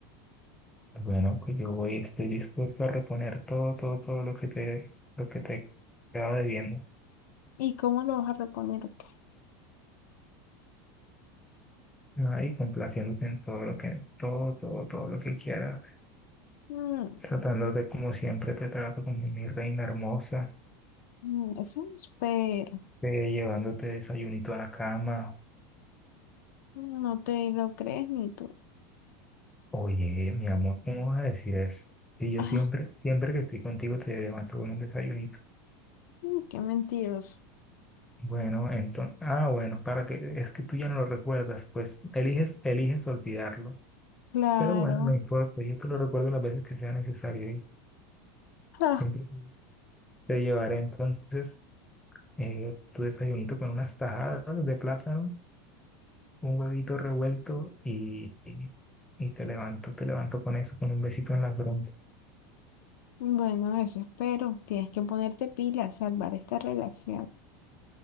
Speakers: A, in the centre; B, on the left.
A: Bueno, pues yo voy, estoy dispuesto a reponer todo, todo, todo lo que te, lo que te he quedado debiendo,
B: ¿Y cómo lo vas a reponer o qué?
A: ¿no? Y complaciéndote en todo lo que, todo, todo, todo lo que quieras,
B: Mm,
A: tratándote como siempre te trato, como mi reina hermosa,
B: mm, eso es pero
A: eh, llevándote desayunito a la cama.
B: No te lo crees ni tú.
A: Oye, mi amor, ¿cómo vas a decir eso? Y yo
B: Ah,
A: siempre, siempre que estoy contigo te levanto con un desayunito.
B: mm, qué mentiroso.
A: Bueno, entonces, ah, bueno, para que, es que tú ya no lo recuerdas, pues eliges, eliges olvidarlo.
B: Claro.
A: Pero bueno, no importa, yo te lo recuerdo las veces que sea necesario y
B: Ah,
A: siempre te llevaré entonces eh, tu desayunito con unas tajadas de plátano, un huevito revuelto y, y, y te levanto, te levanto con eso, con un besito en la frente.
B: bueno, eso espero. Tienes que ponerte pila a salvar esta relación.